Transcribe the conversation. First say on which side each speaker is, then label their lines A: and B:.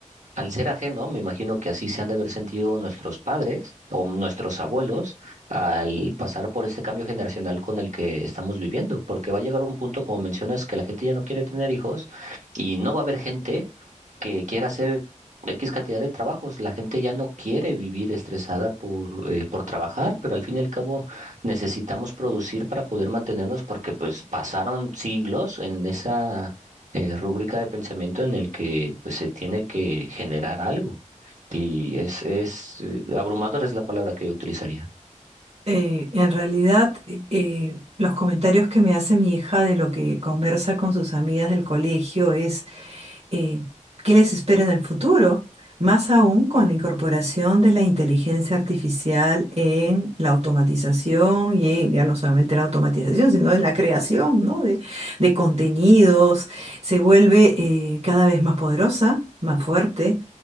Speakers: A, on the right; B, on the right.
A: Al ser ajeno, me imagino que así se han de haber sentido nuestros padres o nuestros abuelos al pasar por este cambio generacional con el que estamos viviendo, porque va a llegar un punto, como mencionas, que la gente ya no quiere tener hijos y no va a haber gente que quiera hacer X cantidad de trabajos. La gente ya no quiere vivir estresada por, eh, por trabajar, pero al fin y al cabo necesitamos producir para poder mantenernos porque pues pasaron siglos en esa eh, rúbrica de pensamiento en el que pues, se tiene que generar algo. Y es, es eh, abrumador es la palabra que yo utilizaría.
B: Eh, en realidad, eh, los comentarios que me hace mi hija de lo que conversa con sus amigas del colegio es eh, qué les espera en el futuro, más aún con la incorporación de la inteligencia artificial en la automatización y en- ya no solamente la automatización, sino en la creación, ¿no? de, de contenidos, se vuelve eh, cada vez más poderosa, más fuerte,